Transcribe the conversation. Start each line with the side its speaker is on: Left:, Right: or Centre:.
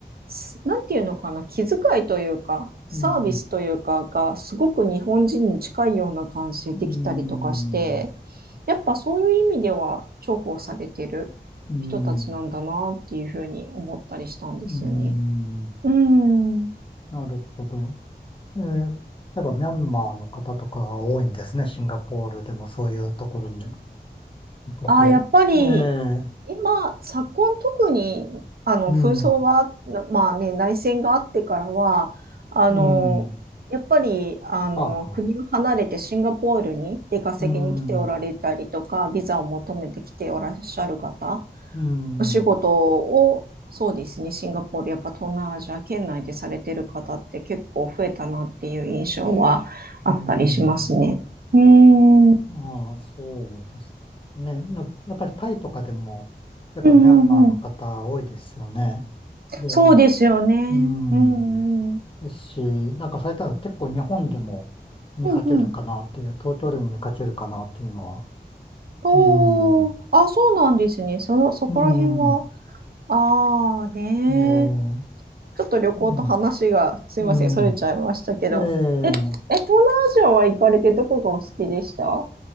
Right: すなんていうのかな、気遣いというか、サービスというかが、
Left: うん、
Right: すごく日本人に近いような感じできたりとかして、
Left: うん、
Right: やっぱそういう意味では重宝されてる人たちなんだなっていうふうに思ったりしたんですよね。
Left: うん、うん、
Right: うん。
Left: なるほど。えー、やっぱミャンマーの方とかが多いんですね。シンガポールでもそういうところに行くと。
Right: ああ、やっぱり
Left: ええ
Right: 今、昨今特に、あの、
Left: うん、
Right: 紛争がなまあね、内戦があってからは、あの、
Left: うん、
Right: やっぱり、あの、
Left: ああ、
Right: 国を離れてシンガポールに出稼ぎに来ておられたりとか、
Left: うん、
Right: ビザを求めてきておらっしゃる方、
Left: うん、
Right: お仕事を、
Left: う
Right: そうですね、シンガポール、やっぱ東南アジア圏内でされてる方って結構増えたなっていう印象はあったりしますね。
Left: ん、
Right: うーん、うん
Left: ああ、そうですね。や、やっぱりタイとかでも、やっぱミャンマーの方多いですよね。
Right: うんうん。
Left: で、
Right: そうですよね。
Left: うん、
Right: うんうん。
Left: ですし、なんか最近は結構日本でも見かけるかなっていう、
Right: うんうん。
Left: 東京でも見かけるかなっていうのは、
Right: おー、
Left: うん、
Right: あ、そうなんですね。その、そこら辺は、
Left: うん、
Right: ああねー、
Left: えー、
Right: ちょっと旅行と話が、
Left: うん、
Right: すいません、
Left: うん、
Right: それちゃいましたけど。
Left: えー、
Right: え、え、東南アジアは行かれてどこがお好きでした